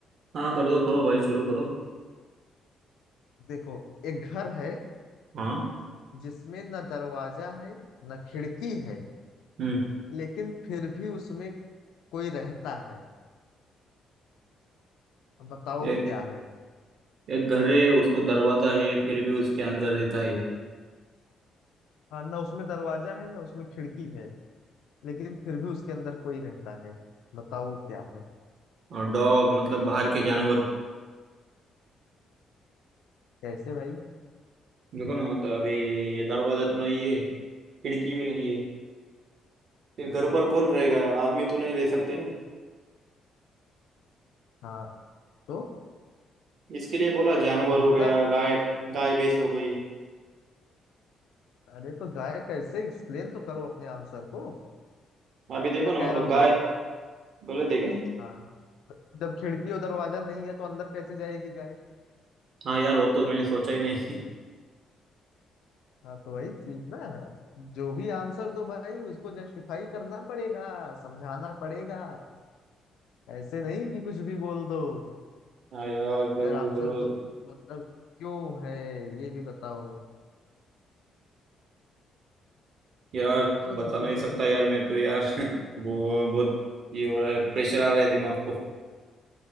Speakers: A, on the right; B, on the left.
A: हाँ कर दो करो भाई शुरू करो
B: देखो एक घर है
A: हाँ
B: जिसमें न दरवाजा है न खिड़की है
A: हम्म
B: लेकिन फिर भी उसमें कोई रहता है अब बताओ
A: एक
B: क्या है
A: एक घर है उसको दरवाजा है फिर भी उसके अंदर रहता है
B: हाँ ना उसमें दरवाजा है ना उसमें खिड़की है लेकिन फिर भी उसके अंदर कोई रहता है बताओ क्या है
A: और डॉग मतलब बाहर के जानवर
B: कैसे भाई
A: देखो ना मतलब अभी दरवाजा तो नहीं है खिड़की भी नहीं है फिर घर पर कौन रहेगा आदमी तो नहीं रह सकते ना
B: हाँ तो
A: इसके लिए बोला जानवर
B: मतलब
A: हो गया गाय गाय भैंस हो गई
B: अरे तो गाय कैसे एक्सप्लेन तो करो अपने आंसर को
A: अभी देखो
B: मैं
A: ना
B: कह
A: मतलब
B: रहा हूँ
A: गाय
B: गलत है
A: गलत है क्या
B: हाँ जब खिड़की और दरवाजा नहीं है तो अंदर कैसे जाएगी गाय
A: हाँ यार वो तो मैंने सोचा ही नहीं
B: हाँ तो वही चीज ना जो भी आंसर दो भाई उसको जस्टिफाई करना पड़ेगा समझाना पड़ेगा ऐसे नहीं कि कुछ भी बोल दो
A: <laughs> हाँ यार जरूर
B: अगर आंसर
A: जरूर
B: दो तो मतलब क्यों है ये भी बताओ
A: यार
B: सोचो
A: बता नहीं
B: सोचो
A: सकता
B: सोचो
A: यार मैं तो यार <laughs> वो बहुत ये हो रहा है प्रेशर आ रहा है दिमाग को